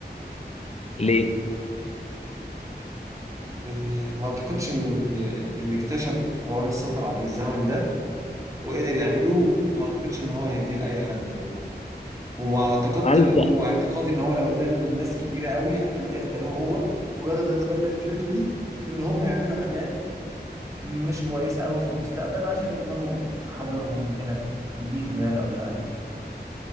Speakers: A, on the left (about 40°); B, on the right (about 20°).
A: ليه؟
B: آه، ما اعتقدش ان ان اكتشف حوار السفر عبر الزمن ده وقدر يعمله ما اعتقدش ان هو هيديه لاي حد واعتقدت
A: هل ت-
B: واعتقادي ان هو لو ادى لناس كبيره قوي احتمال يختاروه هو وياخدوا يتبنى فكرته دي في ان هم يعملوا حاجات مش كويسه قوي في المستقبل عشان يضمنوا حاضرهم هنا في ليهم يعني او لاهلهم